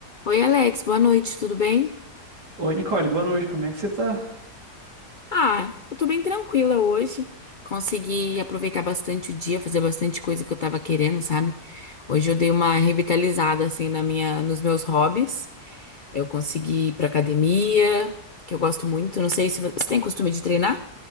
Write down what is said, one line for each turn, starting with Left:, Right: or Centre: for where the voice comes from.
Left: Oi, Alex, boa noite, tudo bem?
Right: Oi, Nicole, boa noite, como é que você tá?
Left: Ah, eu tô bem tranquila hoje. Consegui aproveitar bastante o dia, fazer bastante coisa que eu tava querendo, sabe? Hoje eu dei uma revitalizada assim na minha, nos meus hobbies. Eu consegui ir pra academia, que eu gosto muito. Não sei se vo- você tem costume de treinar?